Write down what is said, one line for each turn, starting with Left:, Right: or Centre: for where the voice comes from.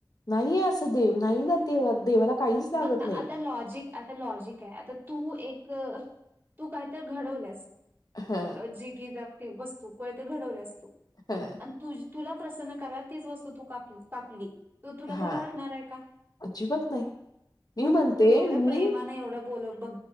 Left: नाही असं देव नाही ना देव देवाला काहीच लागत
Right: बघ ना
Left: नाही.
Right: आता लॉजिक आता लॉजिक आहे आता तू एक तू काही तर घडवल्यास
Left: हा
Right: जि की जाग वस्तू कोय तर घडवल्यास
Left: हा
Right: तुझ तुला प्रसन्न करायला तीच वस्तू तू का कापली त तुला
Left: हा
Right: बरं वाटणार आहे का,
Left: अजिबात नाही मी
Right: मग
Left: म्हणते
Right: तू एवढया
Left: मी
Right: प्रेमाने एवढं बोल बघ